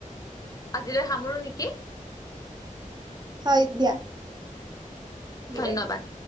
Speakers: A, on the left; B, on the right.
A: আজিলৈ সামৰো নেকি?
B: হয়, দিয়া। বিদায়
A: ধন্যবাদ।